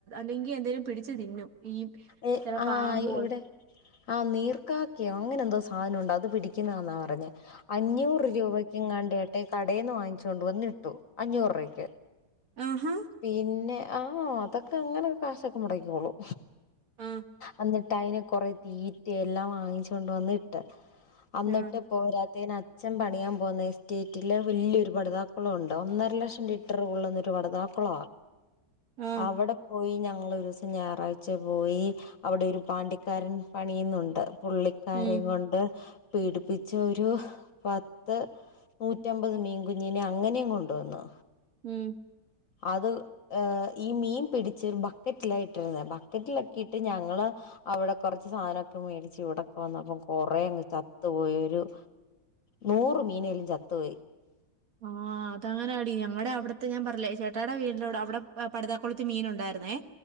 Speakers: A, on the right (about 50°); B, on the left (about 55°).
A: ല്ലെങ്കി എന്തേലും പിടിച്ച് തിന്നും ഈ
B: ഏഹ്
A: ചില
B: ആഹ്
A: പാമ്പ് പോൽ
B: ഇവിടെ ആ നീർക്കാ ക്കയോ അങ്ങനെ എന്ത സാനൊണ്ടോ അത് പിടിക്കുന്നാന്നാ പറഞ്ഞേ അഞ്ഞൂറ് രൂപയ്ക്ക് എങ്ങാണ്ടേട്ടെ കടയിൽന്ന് വാങ്ങിച്ച് കൊണ്ട് വന്ന്‌ ഇട്ടു അഞ്ഞൂറൂപയ്ക്ക്
A: ആഹ
B: പിന്നെ ആ അതൊക്കെ അങ്ങനെ കാശൊക്കെ മൊടക്കിക്കോളും
A: ആ
B: അന്ന് ട്ടയ്ന് കൊറെ തീറ്റയും എല്ലാം വാങ്ങിച്ച് കൊണ്ട് വന്നിട്ട് അന്നിട്ട്
A: ആ
B: പോരാത്തേന് അച്ഛൻ പണിയാൻ പോന്ന എസ്റ്റേറ്റില് വെല്യൊരു പടുതാക്കൊളണ്ട് ഒന്നര ലക്ഷം ലിറ്റർ കൊള്ളുന്നൊരു പടുതാ ക്കൊളാ
A: ആ
B: അവിടെ പോയി ഞ ഞങ്ങളൊരുസം ഞായറാഴ്ച പോയി അവിടെ ഒരു പാണ്ടിക്കാരൻ പണിയുന്നുണ്ട് പുള്ളിക്കാരേം
A: ഉം
B: കൊണ്ട് പീടിപ്പിച്ച ഒരു പത്ത് നൂറ്റമ്പത് മീൻകുഞ്ഞിനെ അങ്ങനെം കൊണ്ടുവന്നു
A: ഉം
B: അത് ഏഹ് ഈ മീൻ പിടിച്ച് ബക്കറ്റില ഇട്ടിരുന്നെ ബക്കറ്റിലൊക്കെ ഇട്ട് ഞങ്ങള് അവ്ടെ കൊറച്ച് സാനൊക്കെ മേടിച്ച് ഇവിടൊക്കെ വന്നപ്പം കൊറേ അങ്ങ് ചത്തുപോയി ഒരു നൂറ് മീനേലും ചത്തുപോയി
A: ആഹ് അതാങ്ങനെടി ഞങ്ങടെ അവിടെ ഞാൻ പറിഞ്ഞില്ലേ ചേട്ടാ ഉണ്ട് അവിടെ അവിടെ പ്പേ പടതാ കുളത്ത് മീന്നുണ്ടായിരുന്നേ